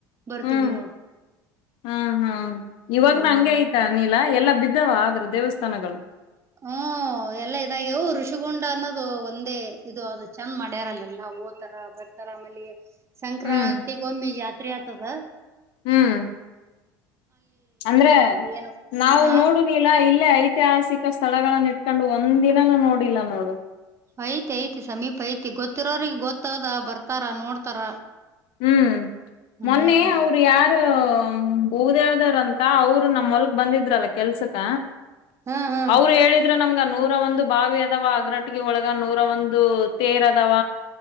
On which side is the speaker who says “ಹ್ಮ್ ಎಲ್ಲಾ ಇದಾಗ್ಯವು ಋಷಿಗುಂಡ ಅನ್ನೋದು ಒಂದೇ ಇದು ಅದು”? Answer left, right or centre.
Right